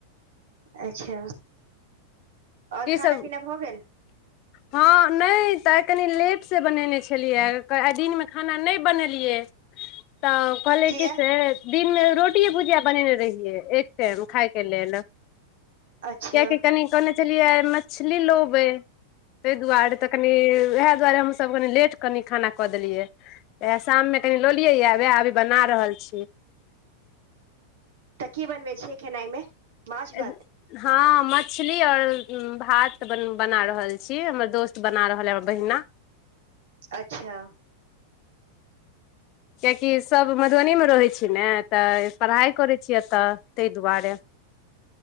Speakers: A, on the right; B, on the left.
A: अच्छा आओर
B: की
A: खाना
B: सब
A: पीना भऽ गेल?
B: हँ नहि तऽ आइ कनी लेटसँ बनेने छलियै आइ दिनमे खाना नहि बनेलियै क <inaudible> तऽ कहले
A: किया
B: की से दिन मे रोटिये भुजिया बनेने रहियै एक टाइम खााय के लेल <unintelligible>
A: अच्छा
B: कियाकि कनि कहने छलियै मछली लोबै ताहि दुआरे तऽ कनि उएह दुआरे हमसभ कनि लेट कनि खाना कऽ देलियै इएह शाममे कनि लऽ लियै य वएह अभी बना रहल छी
A: तऽ की बनबै छियै खेनाइमे माछ भात
B: एकग हँ मछली और भात बन बना रहल छी हमर दोस्त बना रहल है हमर बहिना
A: अच्छा
B: किियाकि सभ मधुबनीमे रहै छै ने तऽ पढ़ाइ करै छियै तऽ ताहि दुआरे